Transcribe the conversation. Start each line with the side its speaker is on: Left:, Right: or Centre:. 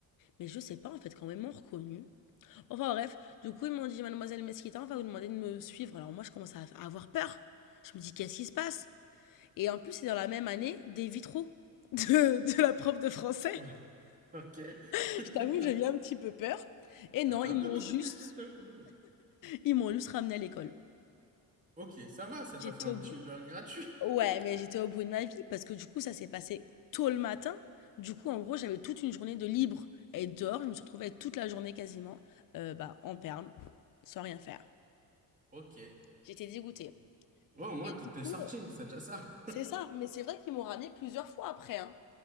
Left: mais je sais pas en fait, quand même m'ont reconnue enfin bref, du coup ils m'ont dit: «Mademoiselle Mesquita, on va vous demander de me suivre». Alors moi je commence à à avoir peur. Je me dis: «Qu'est-ce qui se passe?» et en plus c'est dans la même année des vitraux <laughs> de de la prof de français.
Right: <laughs> ok. <laughs>
Left: Je t'avoue que j'ai eu un petit peu peur et non,
Right: T'as fait
Left: ils
Right: un peu
Left: m'ont
Right: beaucoup
Left: juste
Right: de bêtises d'un coup.
Left: ils m'ont juste ramené à l'école.
Right: Ok, ça va, ça
Left: J'étais
Right: t'a fait un
Left: au
Right: petit
Left: bout
Right: Uber gratuit.
Left: Ouais,
Right: <laughs>
Left: mais j'étais au bout de ma vie parce que du coup, ça s'est passé tôt le matin. Du coup, en gros, j'avais toute une journée de libre à être dehors. Je me suis retrouvée toute la journée quasiment euh, bah, en perme, sans rien faire.
Right: Ok. Ouais,
Left: J'étais dégoûtée.
Right: ouais au moins,
Left: Et
Right: t'es
Left: du coup,
Right: sorti,
Left: euh,
Right: c'est déjà ça.
Left: c'est ça. Mais c'est vrai qu'ils m'ont ramené plusieurs fois après. hein.